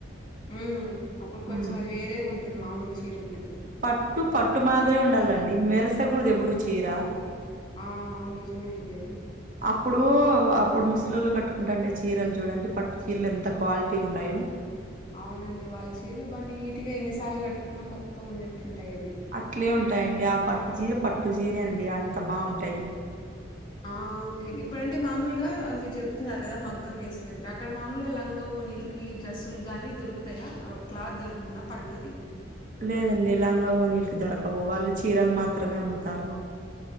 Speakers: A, on the left; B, on the right.
A: ఊమ్ అప్పుడు కొంచెం
B: ఉమ్
A: వేరేగుంటుంది మామూలు చీర ఉన్నట్లే
B: పట్టు పట్టు మాదిరే ఉండాలండి మెరసకూడ కూడా దేడు చీర
A: ఆ అవును నిజమే అండి అది
B: ఇప్పుడు అప్పుడు ముసలిళ్ళు కట్టుకుంటాండే చీరలు చూడండి పట్టు చీరలు ఎంత క్వాలిటీ ఉన్నాయేవో
A: అవునండి వాళ్ళ చీరలు బాగా నీట్ గా ఎన్నిసార్లు కట్టుకున్నా కొత్తగా ఉన్నట్టుంటాయి అవి
B: అట్లే ఉంటాయండి ఆ పట్టు జీర పట్టు జీరే అండి అంత బావుంటాయి
A: ఆ అండి ఇప్పుడంటే మాములుగా మీరు చెప్ న్నారు కదా మగ్గం వేసే దగ్గర అక్కడ మామూలుగా లంగా ఓనిలికి డ్రస్సులు కానీ దొరుకుతాయా క్లాత్ దొరుకుతయి నా పట్టుది
B: లేదండి లంగా వోణీలకి దొరకవు వాళ్ళు చీరలు మాత్రమే అమ్ముతారు